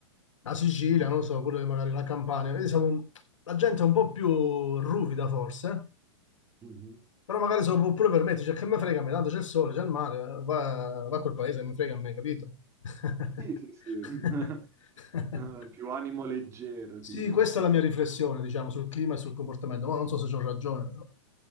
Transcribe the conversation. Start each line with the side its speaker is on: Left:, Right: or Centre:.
Left: la Sicilia,
Right: mm.
Left: non lo so, pure magari la Campania, vedi, siamo un- la gente è un po' più ruvida forse,
Right: Mhm.
Left: però magari se lo può pure permettere, cioè, che me frega a me, tanto c'è il sole, c'è il mare, eh, va, va a quel paese, mi frega a me, capito? <laughs>
Right: Sì, sì, sì. <laughs> Eh, Più animo leggero,
Left: Sì,
Right: tipo,
Left: questa
Right: perché...
Left: è la mia riflessione, diciamo, sul clima e sul comportamento, ma non so se ho ragione, però.